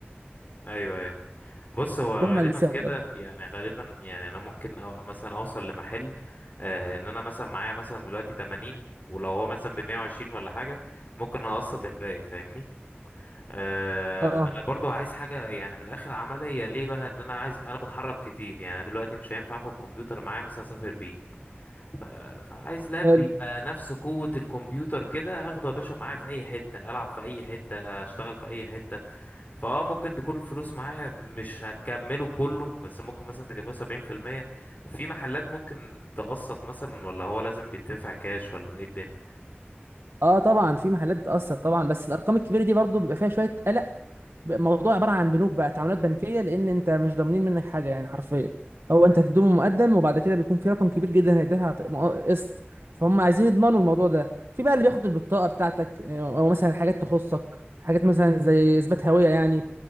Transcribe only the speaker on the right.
تروح مع
البي سي
افضل
اه
حلو
اه طبعا في محلات بتاثر طبعا بس الارقام الكبيره دي برضو بيبقى فيها شويه الموضوع عباره عن بنوك بقى تعاملات بنكيه لان انت مش ضامنين منك حاجه يعني حرفيا هو انت هتديهم مقدم وبعد كده بيكون في رقم كبير جدا هيديها ط- مق- قسط فهم عايزين يضمنوا الموضوع ده في بقى اللي بياخد البطاقه بتاعتك آه، او مثلا حاجات تخصك حاجات مثلا زي اثبات هويه يعني